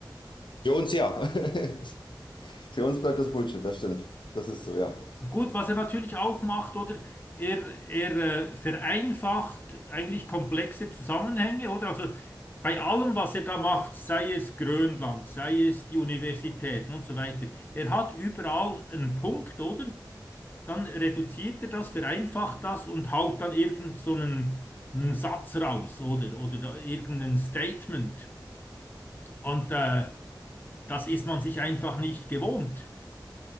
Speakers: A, on the left; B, on the left.
A: Für uns ja. <laughs> Für uns bleibt das Bullshit, das stimmt. Das ist so, ja.
B: Gut, was er natürlich auch macht, oder? Er, er äh, vereinfacht eigentlich komplexe Zusammenhänge, oder? Also bei allem, was er da macht, sei es Grönland, sei es die Universitäten und so weiter, er hat überall einen Punkt, oder? dann reduziert er das, vereinfacht das und haut dann irgend so einen, einen Satz raus oder, oder da irgendein Statement. Und äh, das ist man sich einfach nicht gewohnt.